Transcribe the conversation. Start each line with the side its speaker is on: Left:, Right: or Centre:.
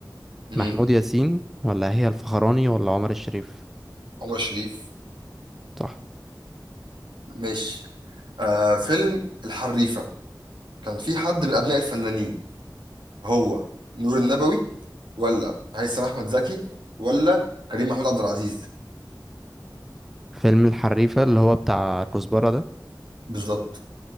Right: امم
Centre: محمود ياسين ولا هي الفخراني ولا عمر الشريف
Right: عمر شريف
Centre: صح
Right: ماشي آه فيلم الحريفة كان في حد من أبناء الفنانين هو نور النبوي ولا هيثم أحمد زكي ولا كريم محمود عبد العزيز
Centre: فيلم الحريفة اللي هو بتاع كزبرة ده
Right: بالظبط